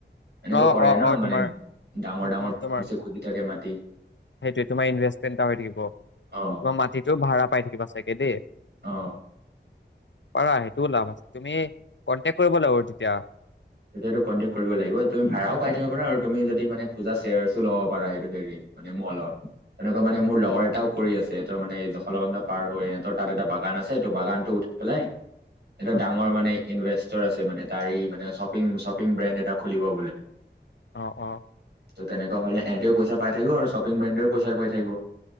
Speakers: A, on the right; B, on the left.
A: এনেকুৱা
B: অ
A: কৰে
B: অ
A: ন
B: অ
A: মানে
B: তোমাৰ
A: ডাঙৰ
B: উম
A: ডাঙৰ
B: উম তোমাৰ
A: মাটি
B: সেইটোৱে তোমাৰ ইনভেষ্টমেণ্ট এটা হৈ থাকিব। তোমাৰ
A: অ
B: মাটিটো ভাড়া পাই থাকিবা চাগে দেই।
A: অ',
B: পাৰা সেইটোও লাভ আছে তুমি কে কৰিব লাগিব তেতিয়া।
A: তেতিয়াতো কণ্টেক্ট কৰিব লাগিব। তুমি ভাড়াও পাই থাকিব পাৰা আৰু তুমি যদি মানে খোজা চেয়াৰছো ল'ব পাৰা এইটো হেৰি মানে মলৰ তেনেকুৱা মানে
B: উম,
A: মোৰ লগৰ এটাও কৰি আছে এ ত মানে এই জখলাবন্ধা পাৰ হয় সিহতৰ তাত এটা বাগান আছে ত বাগানটো উঠি পেলাই এটা
B: উম।
A: ডাঙৰ মানে ইনভেষ্টৰ আছে মানে তাৰে মানে চব শ্বপিং শ্বপিং ব্ৰেণ্ড এটা খুলিব বুলি।
B: অ' অ'
A: ত' তেনেকুৱ হ'লে ইহতেও পইচা পাই থাকিব আৰু শ্বপিং ব্ৰেণ্ডেও পইচা পাই থাকিব